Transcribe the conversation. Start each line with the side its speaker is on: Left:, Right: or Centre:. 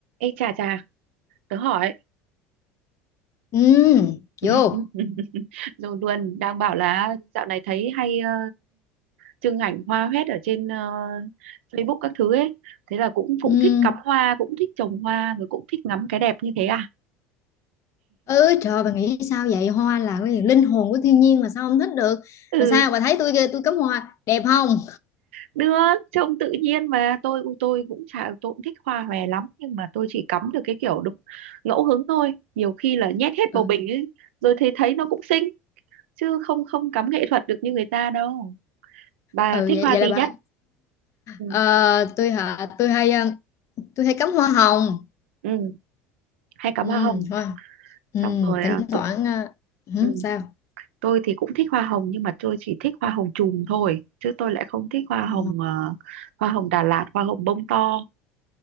Right: Ê chà chà, tớ hỏi
Left: Ừ,
Right: <laughs>
Left: vô.
Right: rồi luôn đang bảo là dạo này thấy hay ờ, trưng ảnh hoa hoét ở trên ờ, Facebook các thứ ấy. Thế là cũng cũng
Left: Ừ.
Right: thích cắm hoa, cũng thích trồng hoa rồi cũng thích ngắm cái đẹp như thế à?
Left: Ừ, trời bà nghĩ sao vậy? Hoa là cái gì? linh hồn của thiên nhiên mà sao không thích được?
Right: Ừ,
Left: Mà sao bà thấy tôi kìa, tôi cắm hoa đẹp không?
Right: được, trông tự nhiên mà tôi tôi cũng chả tôi cũng thích hoa hòe lắm nhưng mà tôi chỉ cắm được cái kiểu đúng ngẫu hứng thôi. Nhiều khi là nhét hết
Left: Ừ,
Right: bầu bình ấy rồi thấy thấy nó cũng xinh chứ không không cắm nghệ thuật được như người ta đâu. Bà
Left: ừ
Right: thích
Left: vậy,
Right: hoa
Left: vậy
Right: gì
Left: là bà
Right: nhất? Ừ.
Left: ờ, tôi hả tôi hay ờ, tôi hay cắm hoa hồng.
Right: Ừ. hay cắm
Left: Ừ,
Right: hoa hồng
Left: hoa. Ừ,
Right: xong rồi
Left: thỉnh
Right: à,
Left: thoảng
Right: tự,
Left: ờ, hử,
Right: ừ,
Left: sao?
Right: tôi thì cũng thích hoa hồng nhưng mà tôi chỉ thích hoa hồng chùm thôi chứ tôi lại không thích hoa
Left: Ờ.
Right: hồng ờ, hoa hồng Đà Lạt hoa hồng bông to